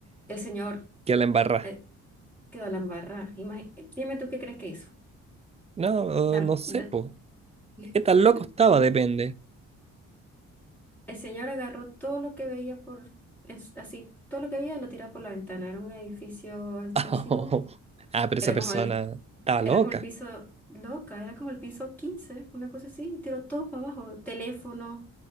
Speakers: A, in the centre; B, on the right.
A: El señor
B: Que la embarra.
A: eh, quedó la embarrada. Imagi- eh, dime tú qué crees que hizo.
B: No,
A: Dam-
B: no sé,
A: da-
B: po.
A: <laughs>
B: ¿Qué tan loco estaba? Depende.
A: el señor agarró todo lo que veía por, en s- así, todo lo que veía lo tiraba por la ventana. Era un edificio altísimo.
B: <laughs> Oh. Ah, pero
A: Era
B: esa persona
A: como el,
B: estaba
A: era
B: loca.
A: como el piso loca, era como el piso 15 una cosa así. Y tiró todo para abajo. Teléfonos,